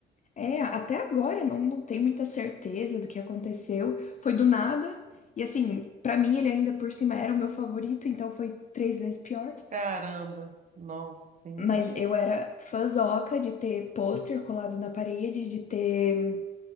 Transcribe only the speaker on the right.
Caramba, nossa, sim, imagino.